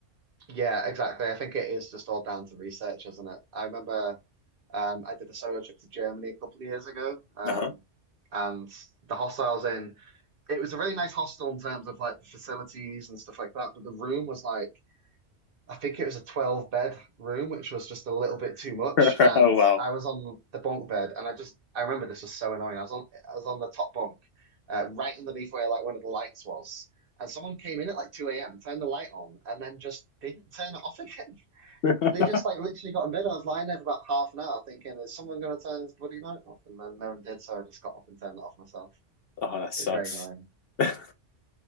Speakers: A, on the right; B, on the left.
A: Yeah, exactly. I think it is just all down to research, isn't it? I remember. Um, I did a solo trip to Germany a couple of years ago, um,
B: Uh-huh.
A: and the hostel I was in, it was a really nice hostel in terms of like the facilities and stuff like that. But the room was like, I think it was a 12 bed room, which was just a little bit too much.
B: <laughs>
A: And
B: oh wow.
A: I was on the bunk bed, and I just, I remember this was so annoying. I was on, I was on the top bunk, uh, right underneath where like one of the lights was. And someone came in at like 2 a.m., turned the light on, and then just didn't turn it off <laughs> again.
B: <laughs>
A: They just like literally got in bed. I was lying there for about half an hour thinking, is someone going to turn this bloody light off? And then no one did, so I just got up and turned it off myself.
B: oh, that sucks.
A: It's very annoying.
B: <laughs>